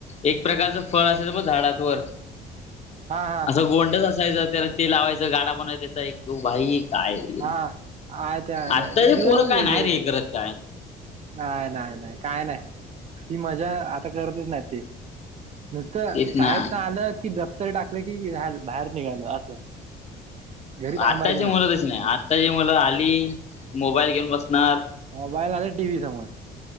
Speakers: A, on the left; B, on the right.
A: एक प्रकारचं फळ असायचं बग झाडानवर
B: हा हा
A: असं गोंडच असा असायचं त्याला ते लावायंच गाडा बनवायचं. एक तू भाई काय रे
B: हा आयत्या आयत्या
A: आत्ताची
B: ते दिवस
A: पोरं काय
B: वेगळे
A: नाही
B: होते
A: रे हे करत काय,
B: नाही नाही काय नाही ती मजा आता करतच नाही ती. नुसतं
A: तेच ना
B: शाळेतन आलं की दफ्तर टाकलं की बाहेर निघालं असं, घरी थांबायचं
A: आत्ताची मुलं तशी नाही आत्ताची मुलं आली मोबाईल घेऊन बसणार,
B: मोबाईल नाहीतर टीव्ही समोर,